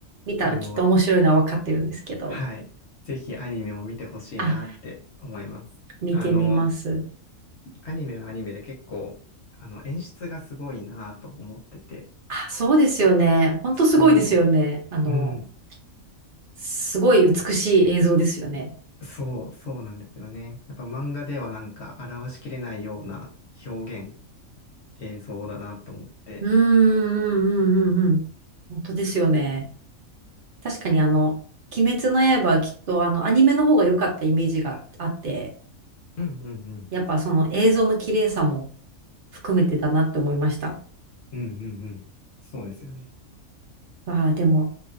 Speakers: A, on the right; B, on the left.
A: 見たらきっと面白いのは分かってるんですけど。
B: あの、はい。ぜひアニメも見てほしいなって思います。
A: あ、見てみます。
B: あの、アニメはアニメで結構、あの、演出がすごいなと思ってて。
A: あ、そうですよね。ほんとすごいですよね。
B: そ
A: あの、
B: う、うん、
A: すごい美しい映像ですよね。
B: そう、そうなんですよね。やっぱ漫画ではなんか表しきれないような表現、映像だなと思って。
A: うーん、うん、うん、うん。うん本当ですよね。
B: なんかそ
A: 確かにあの、鬼滅の刃はきっとあの、アニメの方が良かったイメージがあって、
B: うんうんうん。
A: やっぱその映像の綺麗さも含めてだなって思いました。
B: うんうんうん。そうですよね。
A: まあでも、